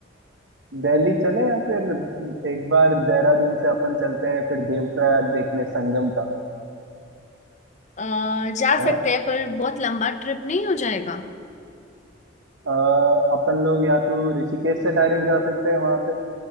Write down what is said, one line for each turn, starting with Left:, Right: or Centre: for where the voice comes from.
Right: दिल्ली चले या फिर एक बार देहरादून से अपन चलते हैं फिर देवप्रयाग देखने संगम का
Left: अ, जा
Right: है
Left: सकते हैं पर बहुत लंबा ट्रिप नहीं हो जाएगा
Right: अपन लोग या तो ऋषिकेश से डायरेक्ट जा सकते हैं वहां पे